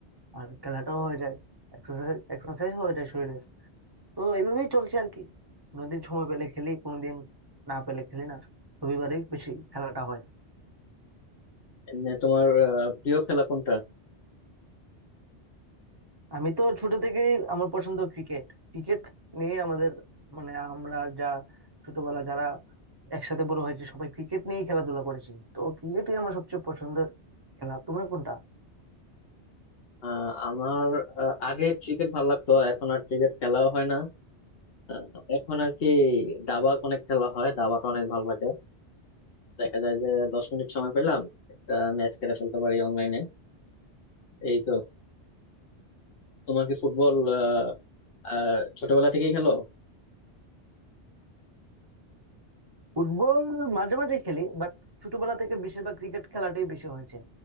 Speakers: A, on the right (about 25°); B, on the left (about 60°).
A: আর খেলাটাও হয়ে যায় এক্সারসাইজ এক্সারসাইজ হয়ে যায় শরীরে তো এইভাবেই চলছে আর কি কোনোদিন সময় পেলে খেলি কোনোদিন না পেলে খেলি না রবিবারেই বেশি খেলাটা হয়
B: এমনি তোমার আহ, প্রিয় খেলা কোনটা
A: আমি তো ছোট থেকেই আমার পছন্দ ক্রিকেট ক্রিকেট নিয়ে আমাদের মানে আমরা যা ছোটবেলা যারা একসাথে বড় হয়েছে সবাই ক্রিকেট নিয়েই খেলাধুলা করেছি তো ক্রিকেটই আমার সবচেয়ে পছন্দের খেলা তুমি কোনটা
B: আহ আমার আহ, আগে ক্রিকেট ভালো লাগতো এখন আর ক্রিকেট খেলাও হয় না আহ, এখন আর কি দাবা অনেক খেলা হয় দাবাটা অনেক ভালো লাগে দেখা যায় যে দশ মিনিট সময় পেলাম একটা ম্যাচ খেলে ফেলতে পারি অনলাইনে এই তো তোমার কি ফুটবল আহ, আহ, ছোটবেলা থেকেই খেলো
A: ফুটবল মাঝে মাঝে খেলি বাট ছোটবেলা থেকে বেশিরভাগ ক্রিকেট খেলাটাই বেশি হয়েছে